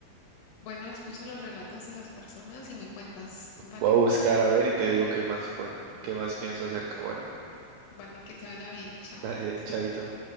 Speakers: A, on the left; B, on the right.
A: Bueno, escucha los relatos de las personas y me cuentas, ¿vale?
B: Voy a buscar a ver y te digo qué más, cuen- qué más pienso acerca. Bueno,
A: Vale, que te vaya bien, chao.
B: dale, chaito.